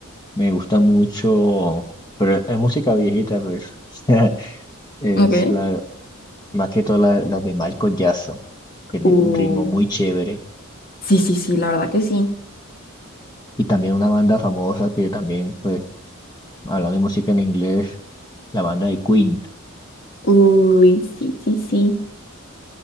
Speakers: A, on the left (about 20°); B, on the left (about 45°).
A: me gusta mucho, pero es música viejita, pues. <laughs> Es
B: Ok.
A: la, más que todo la, las de Michael Jackson. Tienen
B: Uh,
A: un ritmo muy chévere
B: Sí, sí, sí, la verdad que sí.
A: Y también una banda famosa que también, pues, hablando de música en inglés, la banda de Queen.
B: Uy, sí, sí, sí.